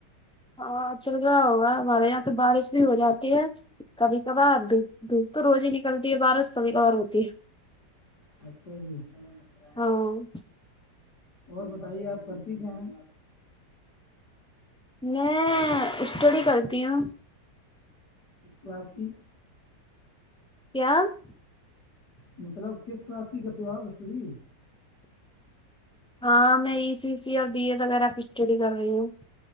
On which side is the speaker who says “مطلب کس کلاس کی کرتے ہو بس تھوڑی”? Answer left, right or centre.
Left